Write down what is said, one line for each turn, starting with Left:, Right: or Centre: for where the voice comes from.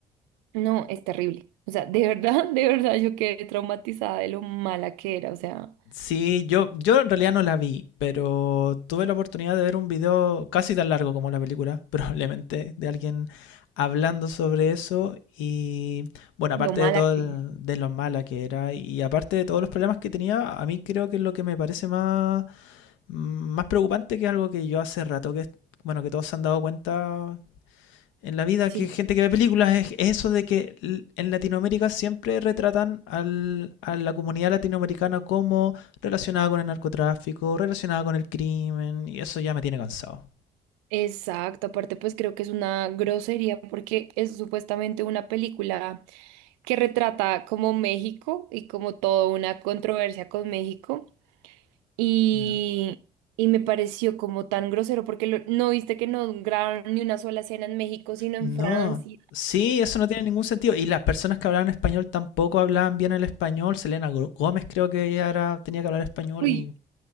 Right: No, es terrible. O sea, de verdad, <laughs> de verdad, yo quedé traumatizada de lo mala que era, o sea,
Left: Sí, yo, yo en realidad no la vi, pero tuve la oportunidad de ver un video casi tan largo como la película, <laughs> probablemente, de alguien hablando sobre eso y bueno,
Right: lo
Left: aparte
Right: mala
Left: de todo
Right: que
Left: el-
Right: era.
Left: de lo mala que era y aparte de todos los problemas que tenía, a mí creo que lo que me parece más, más preocupante que es algo que yo hace rato que, bueno, que todos se han dado cuenta en la vida
Right: Sí.
Left: que gente que ve películas es eso de que en Latinoamérica siempre retratan al- a la comunidad latinoamericana como relacionada con el narcotráfico, relacionada con el crimen, y eso ya me tiene cansado.
Right: Exacto, aparte pues creo que es una grosería porque es supuestamente una película que retrata como México y como toda una controversia con México y,
Left: Ya.
Right: y me pareció como tan grosero porque lo- no viste que no grabaron ni una sola escena en México sino en
Left: No,
Right: Francia.
Left: sí, eso no tiene ningún sentido. Y las personas que hablaban español tampoco hablaban bien el español. Selena Gro- Gómez creo que ella era, tenía que hablar español
Right: Uy,
Left: y